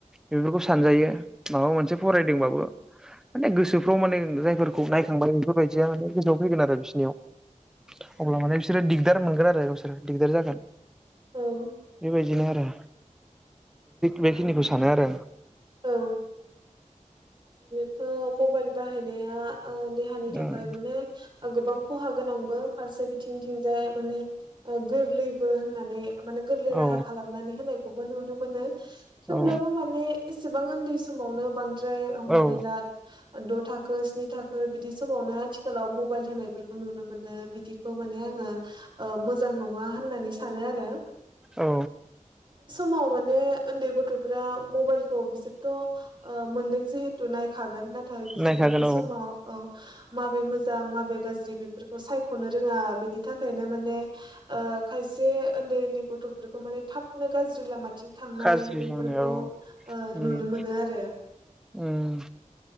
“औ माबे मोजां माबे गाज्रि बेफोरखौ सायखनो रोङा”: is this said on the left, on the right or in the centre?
Right